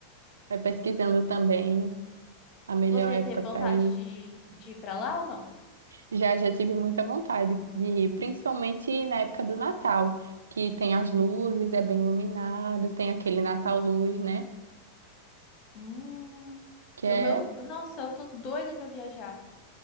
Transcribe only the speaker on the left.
Você
já teve vontade
de, de ir pra lá ou não?
Hum,
eu
meu, nossa, eu tô doida pra viajar.